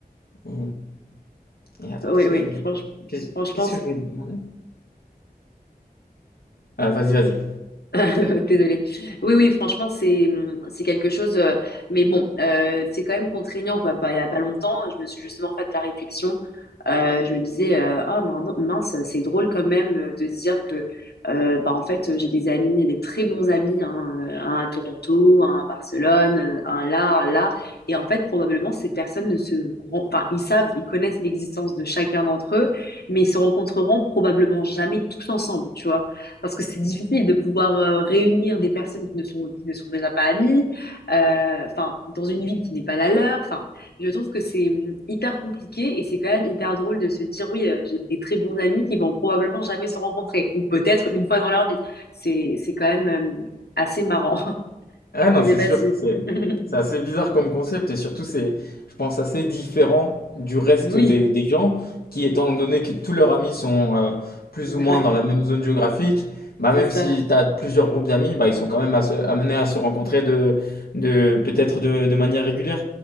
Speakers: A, on the left; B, on the left.
A: Et, hem et attends,
B: Oui,
A: qu'est-ce
B: oui,
A: que je voulais
B: franch-
A: qu'est-ce
B: franchement,
A: qu'est-ce que je voulais te demander? Ah, vas-y, vas-y.
B: <laughs> Désolée. Oui, oui, franchement, c'est c'est quelque chose. euh, mais bon, euh, c'est quand même contraignant, quoi. Pas- Il y a pas longtemps, je me suis justement fait la réflexion. Euh, je me disais, euh, oh min- mince, c'est drôle quand même euh, de se dire que, euh, bah, en fait, j'ai des amis, des très bons amis, hein, euh, un à Toronto, un à Barcelone, euh, un là, un là. Et en fait, probablement, ces personnes ne se, courant- enfin, ils savent, ils connaissent l'existence de chacun d'entre eux, mais ils se rencontreront probablement jamais tous ensemble, tu vois parce que c'est difficile de pouvoir euh, réunir des personnes qui ne sont qui ne sont déjà pas amies, euh, enfin dans une ville qui n'est pas la leur. Enfin, je trouve que c'est hum, hyper compliqué et c'est quand même hyper drôle de se dire oui, euh, j'ai des très bons amis qui vont probablement jamais se rencontrer ou peut-être une fois dans leur vie. C'est c'est quand même hum, assez marrant. <laughs>
A: Ah non,
B: Je
A: c'est
B: sais pas
A: sûr,
B: si
A: c'est
B: <laughs>
A: c'est assez bizarre comme concept et surtout c'est, je pense, assez différent du reste
B: oui,
A: des, des gens qui, étant donné que tous leurs amis sont euh, plus
B: <laughs>
A: ou moins
B: Ouais,
A: dans la même zone géographique, bah
B: c'est
A: même
B: ça,
A: si tu as plusieurs groupes d'amis, bah ils sont quand même à se- amenés à se rencontrer de, de peut-être de, de manière régulière.